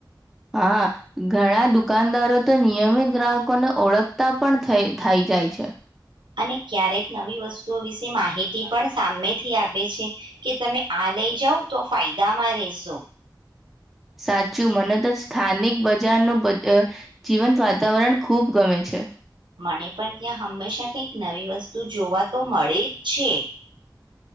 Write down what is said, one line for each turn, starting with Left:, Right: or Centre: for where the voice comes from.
Centre: હા ઘણા દુકાનદારો તો નિયમિત ગ્રાહકોને ઓળખતા પણ થઇ જાય છે.
Right: અને ક્યારેક નવી વસ્તુઓ વિશે માહિતી પણ સામેથી આપે છે કે તમે આ લઈ જાવ તો ફાયદામાં રહેશો.
Centre: સાચું મને તો જ સ્થાનિક બજારનું જીવંત વાતાવરણ ખૂબ ગમે છે.
Right: પણ ત્યાં હંમેશા કંઈક નવી વસ્તુ જોવા તો મળે જ છે.